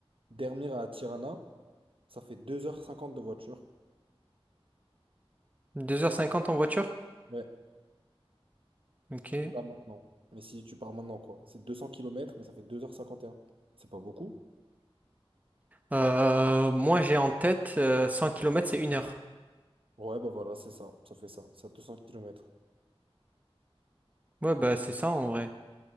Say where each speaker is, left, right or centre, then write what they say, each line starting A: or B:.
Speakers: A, on the right (about 60°); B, on the right (about 15°).
A: Dermir à Tirana. Ça fait deux heures cinquante de voiture.
B: deux heures cinquante en voiture?
A: Ouais,
B: Ok.
A: là maintenant. Mais si tu pars maintenant, quoi. C'est 200 kilomètres mais ça fait deux heures cinquante et un C'est pas beaucoup?
B: Euh, moi, j'ai en tête euh, 100 km, c'est une heure.
A: Ouais, bah voilà, c'est ça. Ça fait ça. Ça, deux cents kilomètres
B: Ouais, bah c'est ça en vrai.